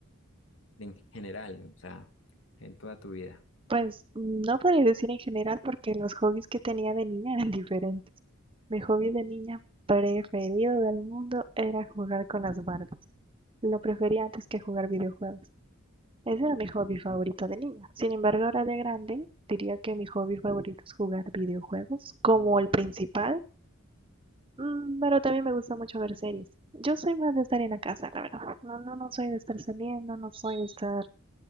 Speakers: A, on the left; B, on the right.
A: en general, o sea, en toda tu vida.
B: Pues no podría decir en general porque los hobbies que tenía de niña eran <laughs> diferentes. Mi hobby de niña preferido del mundo era jugar con las Barbies. Lo prefería antes que jugar videojuegos. Ese era mi hobby favorito de niña. Sin embargo, ahora de grande, diría que mi hobby favorito es jugar videojuegos como el principal Mm, Pero también me gusta mucho ver series. Yo soy más de estar en la casa, la verdad. No, no, no soy de estar saliendo, no soy de estar